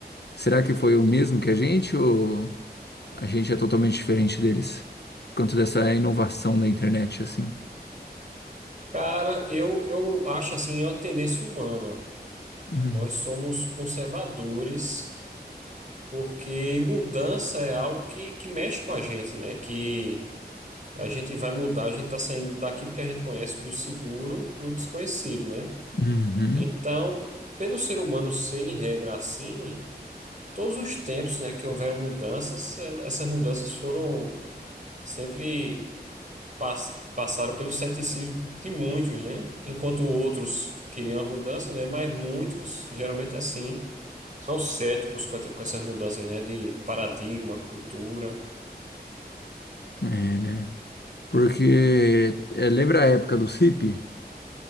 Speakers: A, on the left (about 75°); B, on the right (about 45°).
A: Será que foi o mesmo que a gente ou a gente é totalmente diferente deles? Por conta dessa inovação da internet, assim.
B: Cara, eu, eu acho assim, é uma tendência humana.
A: Uhum.
B: Nós somos conservadores porque mudança é algo que, que mexe com a gente, né? Que a gente vai mudar, a gente tá saindo daquilo que a gente conhece, do seguro para o desconhecido, né?
A: Uhum.
B: Então, pelo ser humano ser em regra assim. todos os tempos, né, que houveram mudanças, el- essas mudanças foram sempre pass- passaram pelo ceticismo de muitos, né? Enquanto outros queriam a mudança, né? Mas muitos, geralmente é assim, são céticos com, et- com essas mudanças, né, de paradigma, cultura,
A: É, né? Porque é, lembra a época dos hippie?